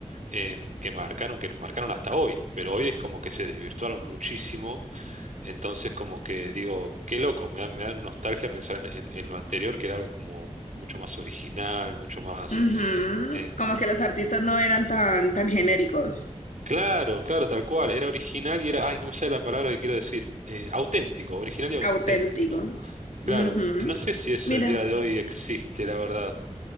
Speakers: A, on the right; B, on the left.
A: eh, que marcaron, que nos marcaron hasta hoy, pero hoy es como que se desvirtuaron muchísimo, entonces como que digo, qué loco, me da, me da nostalgia pensar en, en- en lo anterior, que era algo como mucho más original, mucho más...
B: Ujú,
A: eh,
B: Como que los artistas no eran tan, tan genéricos,
A: claro, claro, tal cual, era original y era, ay, no me sale la palabra que quiero decir, eh, auténtico, original y auténtico,
B: auténtico.
A: claro,
B: Ujú.
A: y no sé si eso
B: Mira.
A: el día de hoy existe, la verdad,